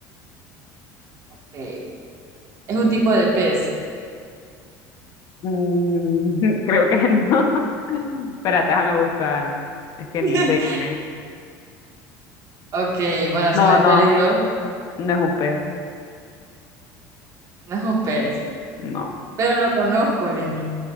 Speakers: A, on the right; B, on the left.
A: Ok, es un tipo de pez.
B: Mm, <laughs> creo que no. <laughs> Espérate, déjame buscar. Es
A: <laughs>
B: que ni sé qué.
A: Ok, bueno,
B: No,
A: si no es
B: no.
A: peligroso,
B: No es un pez.
A: no es un pez.
B: No.
A: Pero lo conozco, Lenny.